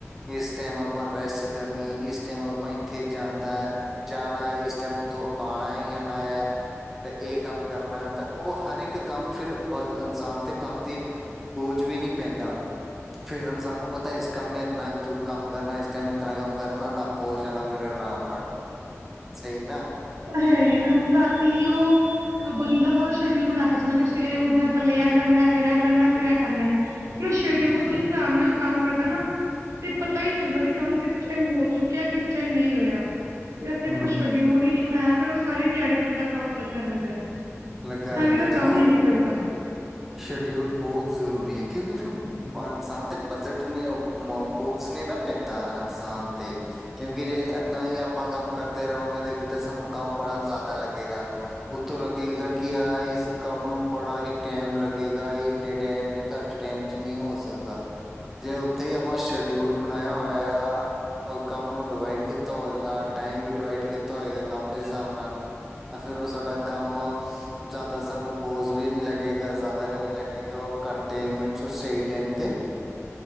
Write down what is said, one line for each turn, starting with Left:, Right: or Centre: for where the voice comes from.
Centre: ਇਸ ਟਾਈਮ ਆਪਾਂ ਰੈਸਟ ਕਰਨੀ ਆ ਇਸ ਟਾਈਮ ਆਪਾਂ ਇੱਥੇ ਜਾਂਦੈ। ਜਾਣਾ ਐ ਇਸ ਟਾਈਮ ਉੱਥੋਂ ਆਣਾ ਹੀ ਆਣਾ ਐ 'ਤੇ ਏ ਕੰਮ ਕਰਨਾ ਤਾਂ ਓ ਹਰ ਇੱਕ ਕੰਮ ਫਿਰ ਬ ਇਨਸਾਨ 'ਤੇ ਕੰਮ ਦੀ ਬੋਝ ਵੀ ਨੀ ਪੈਂਦਾ, ਫਿਰ ਇਨਸਾਨ ਨੂੰ ਪਤਾ ਇਸ ਕੰਮ ਮੇਰੇ ਨਾ ਤੂੰ ਕੰਮ ਕਰਨਾ ਇਸ ਟਾਈਮ ਇਤਰਾ ਕੰਮ ਕਰਨਾ ਲਫ ਹੋ ਜਾਣਾ ਮੇਰਾ ਰਾਮ ਨਾਲ, ਸਈ ਨਾ।
Right: ਹੈ ਈ ਆ ਨਾ ਹੁਣ ਰਾਤੀ ਹੀ ਹੋ ਅ ਬੰਦਾ ਸਾਰਾ ਸ਼ਡਿਊਲ ਬਣਾ ਕੇ ਸੌਦਾ ਕੇ ਸਵੇਰੇ ਉੱਠਦਿਆਂ ਪੈਲੇ ਐ ਕਰਨੈ, ਫੇਰ ਐ ਕਰਨੈ, ਫਿਰ ਐ ਕਰਨੈ। ਫਿਰ ਸ਼ਡਿਊਲ ਦੇ ਹਿਸਾਬ ਨਾਲ ਕੰਮ ਕਰਦਾ ਨਾ ਤੇ ਪਤਾ ਈ ਨੀ ਲੱਗਦਾ ਕਿ ਕੰਮ ਕਿਸ ਟਾਈਮ ਹੋ ਚੁੱਕਿਆ, ਕਿਸ ਟਾਈਮ ਨਈ ਹੋਇਆ। ਜਦ ਕਿ
Centre: ਹੂੰ
Right: ਆਪਾਂ ਸ਼ਡਿਊਲ ਈ ਨੀ ਬਣਾਇਆ ਫਿਰ ਓ ਸਾਰੀ ਦਿਆੜੀ ਬੰਦਾ ਕੰਮ ਲੱਗਾ ਰੈਂਦਾ ਆ।
Centre: ਲੱਗਾ
Right: ਤਾਂ
Centre: ਰਹਿੰਦਾ
Right: ਵੀ ਉਦਾ
Centre: ਦੇਖੋ
Right: ਕੰਮ ਨੀ ਨਿਬੜਦਾ।
Centre: ਸ਼ਡਿਊਲ ਬੋ ਜ਼ਰੂਰੀ ਐ ਕਿਉਂਕਿ ਫਿਰ ਇਨਸਾਨ ਤੇ ਬਜਟ ਨੀ ਆਉ ਬੋਜ ਨੇ ਨਾ ਪੈਂਦਾ ਇਨਸਾਨ 'ਤੇ ਕਿਉਂਕਿ ਜੇ ਏਦਾਂ ਈ ਆਪਾਂ ਕੰਮ ਕਰਦੇ ਰਵਾਂਗੇ 'ਤੇ ਇੱਕ ਤੇ ਸਾਨੂੰ ਕੰਮ ਬੜਾ ਜਿਆਦਾ ਲੱਗੇਗਾ। ਉਤੋਂ ਲੱਗੇਗਾ ਕਿ ਆ ਇਸ ਕੰਮ ਨੂੰ ਬੜਾ ਹੀ ਟਾਈਮ ਲੱਗੇਗਾ ਏ ਇੰਨੇ ਟੈਮ ਈ ਘੱਟ ਟੈਮ 'ਚ ਨੀ ਹੋ ਸਕਦਾ। ਜੇ ਉੱਥੇ ਈ ਆਪਾਂ ਸ਼ਡਿਊਲ ਬਣਾਇਆ ਹੋਇਆ ਗਾ ਓ ਕੰਮ ਨੂੰ ਡਿਵਾਈਡ ਕੀਤਾ ਹੋਏਗਾ, ਟਾਈਮ ਵੀ ਡਿਵਾਈਡ ਕੀਤਾ ਹੋਏਗਾ ਕੰਮ ਦੇ ਹਿਸਾਬ ਨਾਲ ਤਾਂ ਫਿਰ ਓ ਸਾਡਾ ਕੰਮ ਜਿਆਦਾ ਸਾਨੂੰ ਬੋਝ ਵੀ ਨੀ ਲੱਗੇ ਗਾ ਜਿਆਦਾ ਵੀ ਨੀ ਲੱਗੇਗਾ ਔਰ ਘੱਟ ਟਾਈਮ ਵਿੱਚੋਂ ਸਈ ਟਾਈਮ ਤੇ